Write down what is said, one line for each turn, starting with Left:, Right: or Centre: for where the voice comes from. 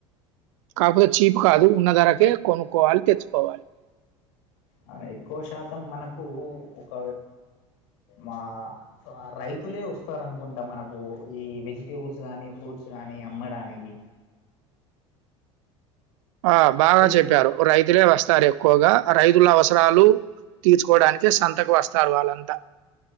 Right: కాకపోతే చీప్ కాదు ఉన్న ధరకే కొనుక్కోవాలి తెచ్చుకోవాలి
Left: అవునా ఎక్కువ శాతం మనకు ఒక మా రైతులే వస్తార అనుకుంటా మనకు ఈ వెజిటేబుల్స్ గానీ ఫ్రూట్స్ గాని కానీ అమ్మడానికి
Right: ఆ బాగా
Left: అయితే
Right: చెడ్డిరు రైతులే వస్తారు ఎక్కువగా రైతుల అవసరాలు తీర్చుకోవడానినికి సంతకు వస్తారు వాళ్ళంతా